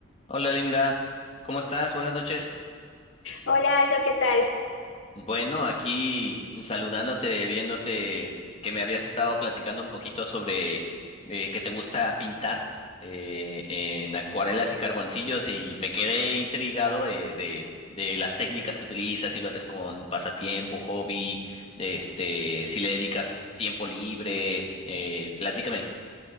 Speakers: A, on the left; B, on the left.
A: Hola Linda, ¿cómo estás? Buenas noches.
B: Hola Aldo, ¿qué tal?
A: Bueno, aquí saludándote, viéndote que me habías estado platicando un poquito sobre eh, que te gusta pintar eh, en acuarelas y carboncillos y me quedé intrigado eh, de, de las técnicas que utilizas, si lo haces con pasatiempo, hobby, este, si le dedicas tiempo libre, eh, platícame.